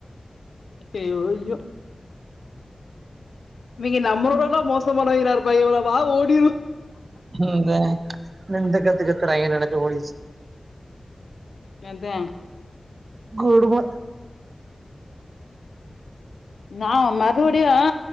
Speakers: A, on the left; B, on the right.
A: ஐயோ ஐயோ இவங்க நம்மளோட மோசம் மானவிங்கலா இருப்பாங்க போல வா ஓடிருவோம்
B: எந்த இந்த கத்துக்கத்துறாங்க நினைச்சு ஓடிருச்
A: அதான்
B: குடும
A: நான் மறுபடியும் ஆ